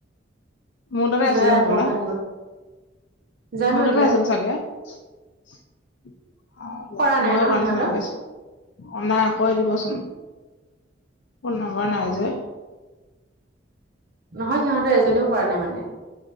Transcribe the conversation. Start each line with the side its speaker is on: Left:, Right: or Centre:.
Left: মোৰ তাতেই
Right: জয়ে
Left: আছিলে
Right: আত্মসহায়ক
Left: হ'বলা?
Right: গোট জানো
Left: মোৰ
Right: এতিয়া
Left: তাতেই আছিল চাগে? অ', জানো,
Right: কৰা নাই
Left: মই
Right: ন
Left: আকৌ
Right: সিহঁতৰ
Left: আলোচনা কৰি আছিলোঁ। অ', নাই কৈ দিবচোন ফোন নাম্বাৰ নাইযে।
Right: অ' নহয় সিহঁতৰ এজনীয়েও কৰা নাই মানে।